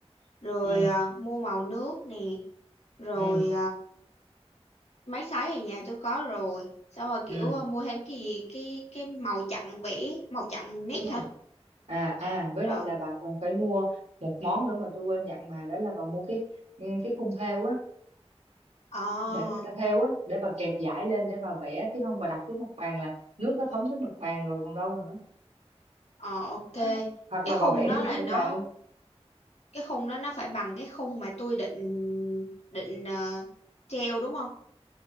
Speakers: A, on the left; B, on the right.
A: rồi
B: ừ,
A: ờ, mua màu nước nè, rồi
B: ừ.
A: máy sấy ở nhà tôi có rồi xong rồi kiểu
B: ừ.
A: ờ, mua thêm cái gì cái cái màu chặn vẽ màu chặn nét
B: đúng rồi
A: hả
B: à à với
A: rồi
B: lại là bà còn phải mua một món nữa mà tôi quên dặn bà đó là bà mua cái ừ, cái khung thêu á
A: ờ
B: để người ta thêu á để bà kẹp dải lên để bà vẽ chứ không bà đặt xuống mặt bàn là nước nó thấm xuống mặt bàn rồi còn đâu nữa
A: ờ ok
B: đó. hoặc
A: cái
B: là
A: khung
B: bà vẽ
A: đó
B: nó dính
A: là
B: lên
A: nó
B: bàn luôn
A: cái khung đó nó phải bằng cái khung mà tôi định định ờ, treo đúng không